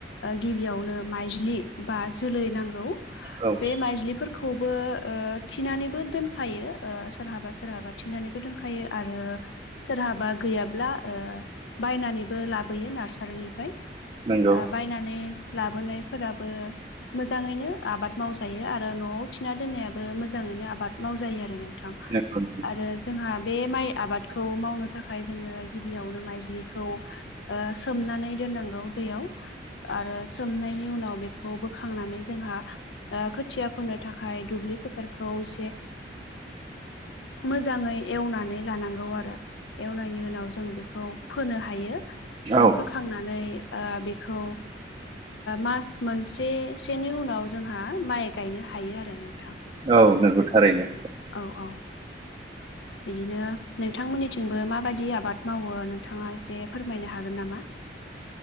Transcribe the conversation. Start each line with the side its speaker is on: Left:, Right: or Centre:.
Left: गिबियावनो माइज्लि बा जोलै नांगौ
Right: औ
Left: बे माइलि खौबो थिनानैबो दोनखायो सोरहाबा सोरहाबा थिनानैबो दोनखायो आरो सोरहाबा गैयाब्ला बायनानैबो लाबोयो नारसारिनिफ्राय
Right: नंगौ
Left: बायनानै लाबोनायफोराबो मोजाङैनो आबाद मावजायो आरो न'आव थिना दोननायाबो मोजाङैनो आबाद मावजायो आरो नोंथां
Right: नंगौ
Left: आरो जोंहा बे माइ आबादखौ मावनो थाखाय जोंनो गिबियावनो माइज्लिखौ सोमनानै दोननांगौ दैयाव आरो सोमनायनि उनाव बेखौ बोखांनानै जोंहा खुथिया फोनो थाखाय दुब्लि फोथारखौ एसे मोजाङै एवनानै लानांगौ आरो एवनायनि उनाव जों बेखौ फोनो हायो
Right: औ
Left: खांनानै बेखौ मास मोनसे सेनि उनाव जोंहा माइ गायनो हायो आरो नोंथां
Right: औ नोंगौ थारैनो
Left: औ औ बिदिनो नोंथांमोननिथिंबो माबायदि आबाद मावो नोंथाङा एसे फोरमायनो हागोन नामा